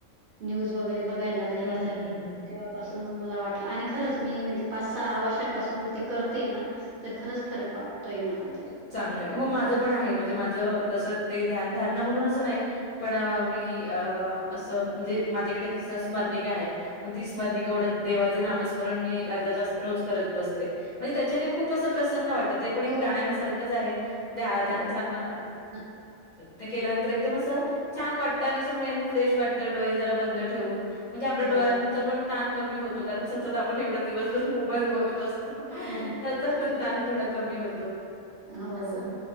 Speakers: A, on the right (about 55°); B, on the left (about 50°).
A: न्यूज वगैरे बघायला लागले,
B: हं,
A: वाचायला
B: हं,
A: लागले
B: हं, हं.
A: तेव्हापासून मग मला वाटलं, आणि खरंच मी म्हणजे, पाच सहा वर्षापासून ते करते ना तर खरंच फरक वाटतोय मला तरी.
B: चांगलंय,
A: हं.
B: हो माझं पण आहे, म्हणजे माझं जसं ते ध्यान धारणा म्हणून असं नाही पण मी अ असं, म्हणजे माझ्याकडे कस स्मरणिक आहे. मग ती स्मरणीका ओढत, देवाचं नामस स्मरण मी एक अर्धा तास रोज करत बसते, म्हणजे त्याच्याने खूप असं प्रसन्न वाटतं, ते पण एक
A: हो,
B: प्राणायम सारख च आहे, ध्या ध्यान
A: हो.
B: सारणा
A: नक्की.
B: ते केल्यानंतर एकदम असं छान वाटतं, आणि असं मेन फ्रेश वाटतं, डोळे जरा बंद ठेवून म्हणजे आपल्या
A: हो,
B: डोळ्यांचा पण ताण कमी होतो, कारण सतत आपण एवढं दिवसभर मोबाईल
A: हो,
B: बघत असतो, त्याचा
A: हो ना. तेच,
B: पण
A: तेच.
B: ताण थोडा कमी होतो.
A: हो,
B: असं.